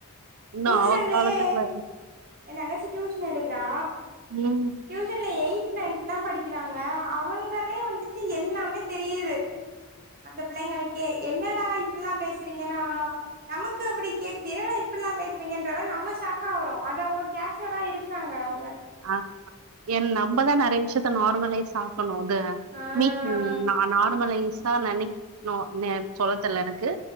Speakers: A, on the right; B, on the right.
A: இன்னு
B: டியூஷன்லயே
A: அவ காலத்துக்குள்ள
B: ஏ தங்கச்சி டியூஷன் எடுக்குறா
A: ம்
B: டியூஷன்ல எயித் நயன்த் தா படிக்கிறாங்க அவங்களே வந்துட்டு எல்லாமே தெரியுது அந்த பிள்ளைங்களுக்கே என்ன என்னடா இப்பில்லா பேசறீங்கனா நமக்கு அப்டி கேக்குது என்னடா இப்பில்லா பேசறீங்கன்ற மாரி நம்ம ஷாக்கு க்காவரோ அத அவுங்க கேஸ்வலா இருக்காங்க அவுங்க
A: ஆமா என் நம்மதா நெறய விஷயத்த நார்மலைஸ் ஆக்கணு அது
B: ஆ
A: மீ ம் நா நார்மலைஸா நெனைக்கணு நோ சொல்ல தெர்ல எனக்கு